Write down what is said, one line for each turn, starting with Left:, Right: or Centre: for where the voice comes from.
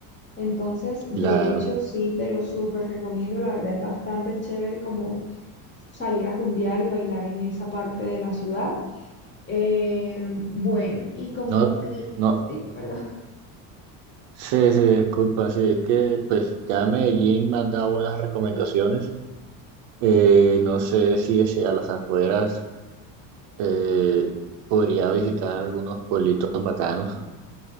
Left: Entonces, de
Right: Claro.
Left: hecho, sí, te lo súper recomiendo. La verdad es bastante chévere como salir a rumbear y bailar en esa parte de la ciudad. Eh, bueno, y como,
Right: No,
Left: pl-
Right: no,
Left: ay, perdón. <laughs>
Right: Sí, sí, disculpa, sí, es que pues ya Medellín me ha dado buenas recomendaciones. Eh, no sé si hacia las afueras eh, podría visitar algunos pueblitos bacanos.